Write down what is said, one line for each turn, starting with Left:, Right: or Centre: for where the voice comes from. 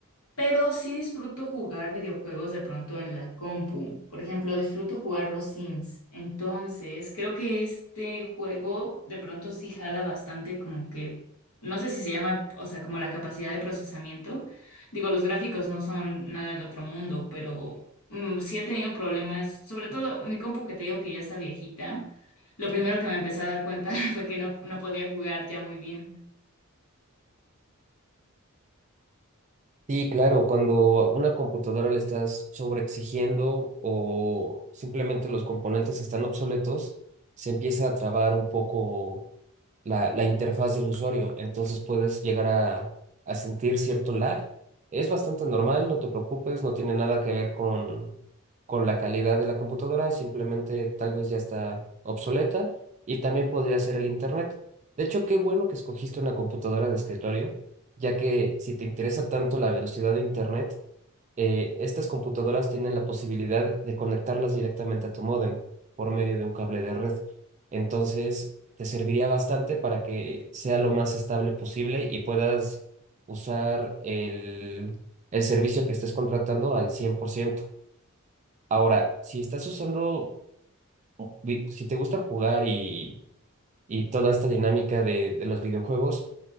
Left: Pero sí disfruto jugar videojuegos de pronto en la compu. Por ejemplo, disfruto jugar los Sims. Entonces, creo que este juego de pronto sí jala bastante como que, no sé si se llama, o sea, como la capacidad de procesamiento. Digo, los gráficos no son nada del otro mundo, pero mm, sí he tenido problemas. Sobre todo mi compu que te digo que ya está viejita. Lo primero que me empecé a dar cuenta <laughs> fue que no, no podía jugar ya muy bien.
Right: Sí, claro, cuando a una computadora le estás sobreexigiendo o simplemente los componentes están obsoletos, se empieza a trabar un poco la, la interfaz del usuario, entonces puedes llegar a, a sentir cierto lag. Es bastante normal, no te preocupes, no tiene nada que ver con, con la calidad de la computadora, simplemente tal vez ya está obsoleta y también podría ser el internet. De hecho, qué bueno que escogiste una computadora de escritorio, ya que si te interesa tanto la velocidad de internet, eh, estas computadoras tienen la posibilidad de conectarlas directamente a tu módem por medio de un cable de red. Entonces, te serviría bastante para que sea lo más estable posible y puedas usar el, el servicio que estés contratando al 100%. Ahora, si estás usando, vi- si te gusta jugar y, y toda esta dinámica de, de los videojuegos,